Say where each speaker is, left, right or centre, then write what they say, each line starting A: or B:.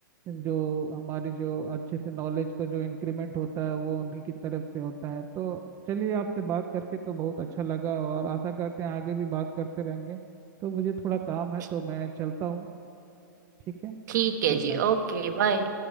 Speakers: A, on the right; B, on the right.
A: जो हमारी जो अच्छे से नॉलेज का जो इंक्रीमेंट होता है वो उन्हीं की तरफ से होता है तो चलिए आपसे बात करके तो बहुत अच्छा लगा और आशा करते हैं आगे भी बात करते रहेंगे तो मुझे थोड़ा काम है
B: ठी-
A: तो मैं चलता हूँ ठीक है
B: ठीक है
A: गुड
B: जी
A: नाइट
B: ओके बाय